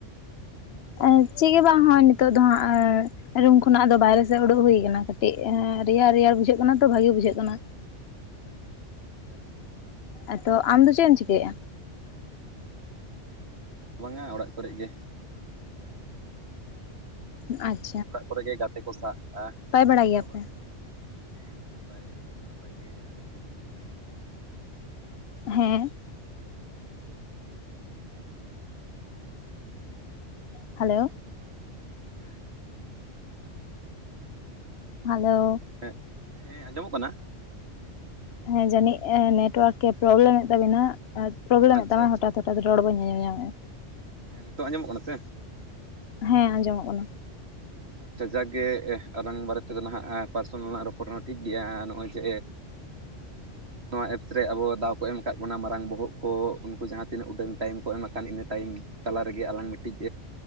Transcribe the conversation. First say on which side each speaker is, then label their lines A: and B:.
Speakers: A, on the left; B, on the right.
A: ᱚ ᱪᱮᱜ ᱜᱮ ᱵᱟᱝ ᱦᱚᱸᱜ-ᱚᱭ ᱱᱤᱛᱳᱜ ᱫᱚ ᱦᱟᱸᱜ ᱨᱩᱢ ᱠᱷᱚᱱᱟᱜ ᱫᱚ ᱵᱟᱭᱨᱮ ᱥᱮᱜ ᱩᱰᱩᱠ ᱦᱩᱭ ᱠᱟᱱᱟ ᱠᱟᱹᱴᱤᱡ ᱮ ᱨᱮᱭᱟᱲ ᱨᱮᱭᱟᱲ ᱵᱩᱡᱷᱟᱹᱜ ᱠᱟᱱᱟ ᱛᱚ ᱵᱷᱟᱜᱤ ᱵᱩᱡᱷᱟᱹᱜ ᱠᱟᱱᱟ᱾
B: ᱟᱪᱪᱷᱟ ᱟᱪᱪᱷᱟ
A: ᱮ ᱛᱚ ᱟᱢᱫᱚ ᱪᱮᱜ ᱮᱢ ᱪᱤᱠᱟᱹᱭᱮ-ᱟ?
B: ᱵᱟᱝᱟ ᱚᱲᱟᱜ ᱠᱚᱨᱮᱜ ᱜᱮ᱾
A: ᱟᱪ
B: ᱚᱲᱟᱜ ᱠᱚᱨᱮ ᱜᱮ ᱜᱟᱛᱮ ᱠᱚ ᱥᱟᱭ
A: ᱵᱟᱲᱟ
B: ᱡᱚᱴᱟᱣ
A: ᱜᱮᱭᱟᱯᱮ?
B: ᱚᱲᱟᱜ ᱵᱟᱲᱟᱜ ᱦᱩᱭᱩᱜ ᱦᱮᱸ ᱱᱟᱯᱟᱭ ᱫᱚ ᱱᱟᱯᱟᱭ ᱜᱮ, ᱟᱨ ᱟᱯᱮ ᱜᱮ ᱪᱮᱜ ᱞᱮᱠᱟ ᱢᱮᱱᱟᱜ ᱟᱠᱟᱜ ᱯᱮᱭᱟ?
A: ᱦᱮᱸ ᱦᱮᱞᱳ
B: ᱦᱮᱸ
A: ᱦᱮᱞᱳ
B: ᱦᱮᱸᱜ ᱦᱮᱸ ᱟᱸᱡᱚᱢᱚᱜ ᱠᱟᱱᱟ?
A: ᱦᱮᱸ ᱡᱟᱹᱱᱤᱡ ᱱᱮᱴᱳᱣᱟᱨᱠ ᱮ ᱯᱨᱚᱵᱽᱞᱮᱢᱮᱫ ᱛᱟᱵᱤᱱᱟ ᱯᱨᱚᱵᱽᱞᱮᱢᱮᱫ
B: ᱟᱪᱪᱷᱟ
A: ᱛᱟᱢᱟ
B: ᱟᱪᱪᱷᱟ
A: ᱦᱚᱴᱟᱛ ᱨᱚᱲ ᱵᱟᱹᱧ ᱟᱸᱡᱚᱢ ᱧᱟᱢᱮᱜ-ᱟ
B: ᱦᱮᱸ ᱱᱤᱛᱚᱜ ᱟᱸᱡᱚᱢᱚᱜ ᱠᱟᱱᱟ ᱥᱮ?
A: ᱦᱮᱸ ᱟᱸᱡᱚᱢᱚᱜ ᱠᱟᱱᱟ᱾
B: ᱦᱩᱸ ᱛᱚ ᱡᱟᱠ ᱜᱮ ᱟᱞᱟᱝ ᱵᱟᱨᱮ ᱛᱮᱫᱚ ᱱᱟᱦᱟᱜ ᱯᱟᱨᱥᱚᱱᱟᱞ ᱞᱟᱝ ᱨᱚᱯᱚᱲᱱᱟ ᱴᱷᱤᱠ ᱜᱮᱭᱟ ᱱᱚᱜ-ᱚᱭ ᱡᱮ
A: <inaudible>
B: ᱱᱚᱣᱟ ᱮᱯᱥ ᱨᱮ ᱟᱵᱚ ᱫᱟᱣ ᱠᱚ ᱮᱢ ᱠᱟᱫ ᱵᱚᱱᱟ ᱢᱟᱨᱟᱝ ᱵᱚᱦᱚᱜ ᱠᱚ ᱩᱱᱠᱩ ᱡᱟᱦᱟᱸ ᱛᱤᱱᱟᱹᱜ ᱩᱰᱟᱹᱝ ᱴᱟᱭᱤᱢ ᱠᱚ ᱮᱢ ᱟᱠᱟᱱ ᱤᱱᱟᱹ ᱴᱟᱭᱤᱢ ᱛᱟᱞᱟ ᱨᱮᱜᱮ ᱟᱞᱟᱝ ᱢᱤᱫᱴᱤᱡ